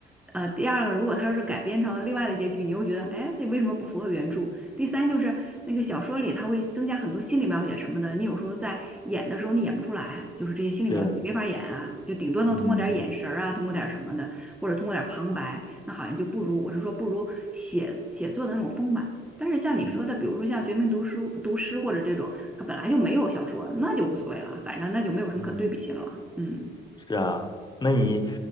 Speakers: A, in the centre; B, on the left (about 20°).
A: 呃，第二个，如果它要是改编成另外的结局，你又觉得，哎，这为什么不符合原著？第三就是那个小说里，它会增加很多心理描写什么的，你有时候在演的时候你演不出来，就是这些心理描写你没法演啊，
B: 对，
A: 就顶多能通过点儿眼神儿啊，
B: 嗯
A: 通过点儿什么的，或者通过点儿旁白，那好像就不如我是说不如写写作的那种丰满。但是像你说的，
B: 嗯
A: 比如说像《绝命读书读诗》毒师或者这种，它本来就没有小说，那就无所谓了，反正那就没有什么可对比性了。
B: 嗯。
A: 嗯。
B: 是啊，那你